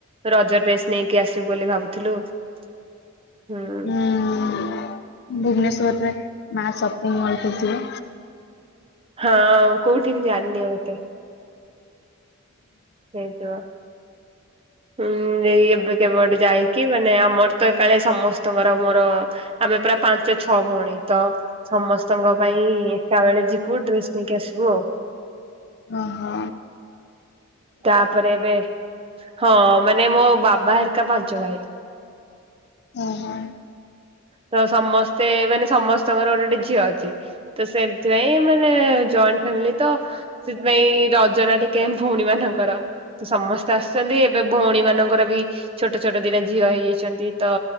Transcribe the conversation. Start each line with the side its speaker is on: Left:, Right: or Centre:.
Right: ରଜ ଡ୍ରେସ୍ ନେଇକି ଆସିବୁ ବୋଲି ଭାବୁଥିଲୁ ହୁଁ।
Left: ହୁଁ ଭୁବନେଶ୍ଵରରେ ମା ସପିଙ୍ଗ ମଲଟେ ଥିବ।
Right: ହଁ କଉଠି ମୁଁ ଯାଣିନି ଆଉ ଏତେ। ହେଇଥିବ ହୁଁ। ଏଇ ଏବେ କେବେଗୋଟେ ଯାଇକି ମାନେ ଆମର ତ ଏକାଳେ ସମସ୍ତେ ତମର ମୋର ଆମେ ପ୍ରାୟ ପାଞ୍ଚ ଛଅ ଭଉଣୀ ତ ସମସ୍ତଙ୍କ ପାଇଁ ଏକା ବେଳେ ଯିବୁ ଡ୍ରେସ ନେଇକି ଆସିବୁ ଆଉ।
Left: ଓ ହୋ।
Right: ତାପରେ ଏବେ ହଁ ମାନେ ମୋ ବାବା ହେରିକା ପାଞ୍ଚ ଭାଇ।
Left: ଓହୋ
Right: ତ ସମସ୍ତେ ମାନେ ସମସ୍ତଙ୍କର ଗୋଟେ ଗୋଟେ ଝିଅ ଅଛି ତ ସେଥିପାଇଁ ମାନେ ଜଏଣ୍ଟ ଫାମିଲି ତ ସେଥିପାଇଁ ରଜ ଟା ଟିକେ ଭଉଣୀ ମାନ ସମସ୍ତେ ଆସୁଛନ୍ତି ଏବେ ଭଉଣୀ ମାନଙ୍କର ବି ଛୋଟ ଛୋଟ ଦିଟା ଝିଅ ହେଇଯାଇଛନ୍ତି। ତ